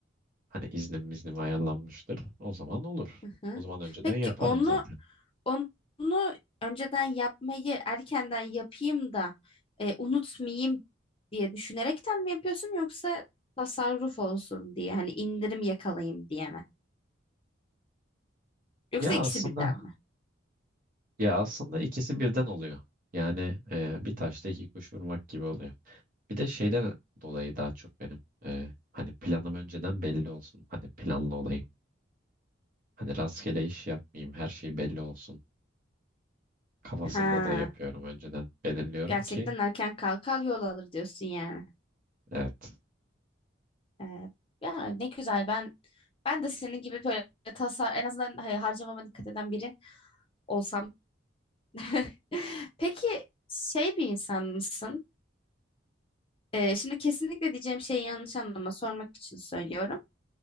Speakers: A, on the right; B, on the left.
A: Hani iznim iznim ayarlanmıştır. O zaman olur.
B: Hı hı.
A: O zaman önceden
B: Peki
A: yaparım
B: onu
A: zaten.
B: Onu önceden yapmayı erkenden yapayım da e, unutmayayım diye düşünerekten mi yapıyorsun yoksa tasarruf olsun diye hani indirim yakalayayım diye mi? Yoksa
A: Ya
B: ikisi
A: aslında
B: birden mi?
A: ya aslında ikisi birden oluyor. Yani e, bir taşla iki kuş vurmak gibi oluyor. Bir de şeyden dolayı daha çok benim e, hani planım önceden belli olsun. Hani planlı olayım. Hani rastgele iş yapmayayım, her şey belli olsun kafasında
B: Ha,
A: da yapıyorum önceden. Belirliyorum
B: gerçekten
A: ki
B: erken kalkar yol alır diyorsun yani.
A: evet.
B: E, ya ne güzel ben ben de senin gibi böyle tasar en azından hani harcamama dikkat eden biri olsam. <laughs> Peki şey bir insan mısın? Ee, şimdi kesinlikle diyeceğim şeyi yanlış anlama sormak için söylüyorum.